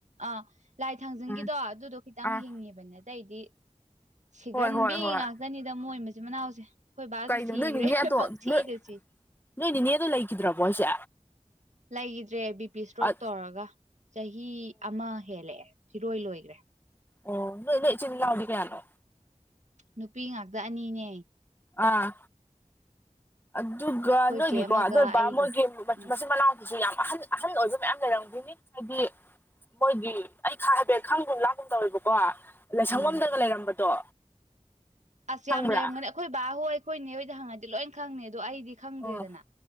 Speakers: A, on the right; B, on the left.
A: ꯑꯥ ꯂꯥꯏ ꯊꯥꯡꯖꯤꯡꯒꯤꯗꯣ
B: ꯎꯝ
A: ꯑꯗꯨꯗꯣ ꯈꯤꯇꯪ
B: ꯑꯥ
A: ꯍꯤꯡꯉꯤꯕ ꯑꯇꯩꯗꯤ ꯁꯤꯒꯟꯕꯤ
B: ꯍꯣꯏ ꯍꯣꯏ ꯍꯣꯏ
A: ꯉꯥꯛꯇꯅꯤꯗ ꯃꯣꯏ ꯃꯆꯤꯟ ꯃꯅꯥꯎꯗꯤ ꯑꯩꯈꯣꯏ ꯕꯥꯁꯨ
B: ꯀꯩꯅꯣ
A: ꯁꯤꯈ꯭ꯔꯦ
B: ꯅꯣꯏ ꯅꯤꯅꯦ ꯑꯗꯣ
A: ꯄꯪ ꯁꯤꯗꯁꯤ
B: ꯅꯣꯏ ꯅꯣꯏ ꯅꯤꯅꯦꯗꯣ ꯂꯩꯈꯤꯗ꯭ꯔꯕꯣ ꯍꯥꯏꯁꯦ꯫
A: ꯂꯩꯈꯤꯗ꯭ꯔꯦ ꯕꯤ ꯄꯤ
B: ꯑꯣ
A: ꯏꯁꯇ꯭ꯔꯣꯛ ꯇꯧꯔꯒ ꯆꯍꯤ ꯑꯃ ꯍꯦꯜꯂꯛꯑꯦ ꯐꯤꯔꯣꯏ ꯂꯣꯏꯈ꯭ꯔꯦ
B: ꯑꯣ ꯅꫭꯏ ꯅꫭꯏ ꯏꯆꯤꯟ ꯏꯅꯥꯎꯗꯤ ꯀꯌꯥꯅꫭ
A: ꯅꯨꯄꯤ ꯉꯥꯛꯇ ꯑꯅꯤꯅꯦ
B: ꯑꯥ ꯑꯗꯨꯒ
A: ꯑꯩꯈꯣꯏ
B: ꯅꯣꯏꯒꯤꯀꯣ
A: ꯆꯦ ꯑꯃꯒ
B: ꯅꯣꯏ ꯕꯥ
A: ꯑꯩꯒ
B: ꯃꯣꯏꯒꯤ
A: ꯎꯝ
B: ꯃꯆꯤꯟ ꯃꯅꯥꯎꯗꯨꯁꯨ ꯌꯥꯝ ꯑꯍꯟ ꯑꯍꯟ ꯑꯣꯏꯕ ꯃꯌꯥꯝ ꯂꯩꯔꯝꯗꯣꯏꯅꯤ ꯍꯥꯏꯗꯤ ꯃꯣꯏꯒꯤ ꯑꯩ ꯈ ꯍꯥꯏꯐꯦꯠ ꯈꯪꯒꯨꯝ ꯂꯥꯛꯒꯨꯝ ꯇꯧꯋꯦꯕꯀꯣ ꯂꯥꯏꯁꯪꯐꯝꯗꯒ
A: ꯎꯝ
B: ꯂꯩꯔꯝꯕꯗꯣ
A: ꯑꯁ
B: ꯈꯪꯕ꯭ꯔꯥ
A: ꯌꯥꯝ ꯂꯩꯔꯝꯒꯅꯤ ꯑꯩꯈꯣꯏ ꯕꯥꯍꯣꯏ ꯑꯩꯈꯣꯏ ꯅꯦ ꯍꯣꯏꯗ ꯍꯪꯉꯗꯤ ꯂꯣꯏ ꯈꯪꯅꯤ ꯑꯗꯣ ꯑꯩꯗꯤ ꯈꯪꯗ꯭ꯔꯦꯗꯅ
B: ꯎꯝ